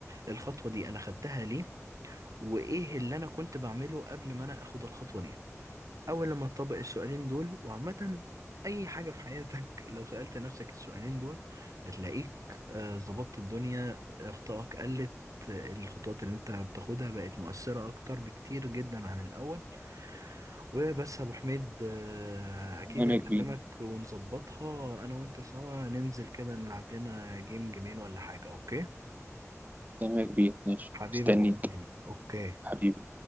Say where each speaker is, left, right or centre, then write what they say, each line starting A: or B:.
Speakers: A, on the right; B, on the right.
A: الخطوة دي انا خدتها ليه وايه اللي انا كنت بعمله قبل ما انا اخد الخطوة دي أول لما تطبق السؤالين دول وعامة أي حاجة في حياتك لو سألت نفسك السؤالين دول هتلاقيك آه، ظبطت الدنيا أخطائك قلت آه، الخطوات اللي أنت بتاخدها بقت مؤثرة أكتر بكتير جدا عن الأول وبس يا أبو حميد آه، أكيد
B: تمام
A: هكلمك
B: يا كبير
A: ونظبطها أنا وأنت سوا ننزل كده نلعب لنا جيم جيمين ولا حاجة أوكي
B: تمام يا كبير ماشي
A: حبيبي
B: مستنيك
A: يا أبو حميد أوكي
B: حبيبي